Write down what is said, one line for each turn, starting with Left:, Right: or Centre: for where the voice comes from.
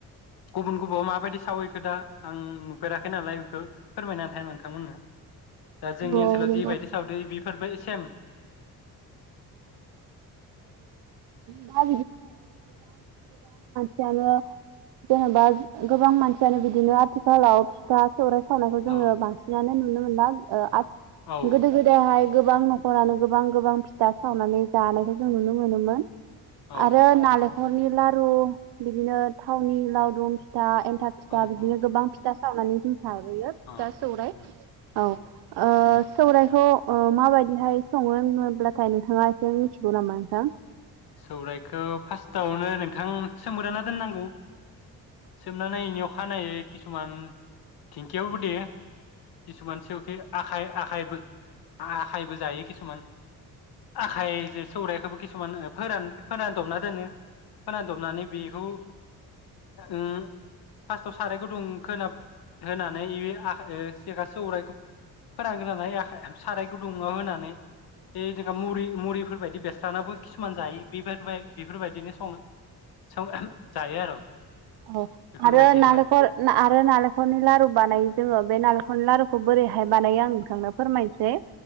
Left: गुबुन गुबुआव माबायदि सावो येखो दा आं नुफेराखै नालाय बेखौ फोरमायना <inaudible> नोंथांमोननो। दा जोंनि
Right: औ
Left: ओनसोलाव
Right: नंगौ
Left: जिबायदि सावदो इदि फोरबाय सेम।
Right: दा जानो जेनेबा गोबां मानसियानो बिदिनो आथिखालाव फिथा सौराइ सावनायखौ जोङो
Left: औ
Right: बांसिनानो नुनो मोन
Left: औ
Right: <unintelligible> गोदो गोदायहाय गोबां ना खरानो गोबां गोबां। दा सावनानै जानायखौ जों नुनो मोनोमोन।
Left: औ
Right: आरो नाले खरनि लारु बिदिनो थावनि लावदुम फिथा एन फिथा फिथा
Left: औ
Right: बिदिनो
Left: औ
Right: गोबां । था सावनानै थाबोयो फिथा
Left: अ उम
Right: सौराइ औ
Left: उम
Right: ओ सौराइखौ माबायदिहाय सङो होनोब्ला थाय नोंथाङा एसे मिथिगौ नामा नोंथां?
Left: सौरायखो फार्स्टआवनो नोंथां सोमग्रोना दोननांगौ। सोमनानै यख खानायै किसुमान थि थेवबोदि किसुमान सेवखे आखाइ आखाइ आखायबो जायो किसुमान। आखाइजो सौराइखौबो किसुमान ओ <unintelligible> फोन फोरान दमना दोनो। फोरान दमनानै बेखौ उम फास्टाव साराय गुदुं खोना होनानै इबे आखाइ सेखा सौरायखौ फोरानग्रोनानै आखाइ साराय गुदुंङआव होनानै जोंहा मुरि-मुरिफोर बायदि बेस्त सानाबो <unintelligible> मान जायो बेबो बाय बेफोरबायदिनो सङो सङो जायो आरो।
Right: औ
Left: बेफोरबायदियानो
Right: आरो नालेंखर आरो नालेंखलनि लारु बानायो जोङो बे नालेंखनि ला रुखौ बोरैहाय बानायो आं नोंथांनो फोरमायनोसै।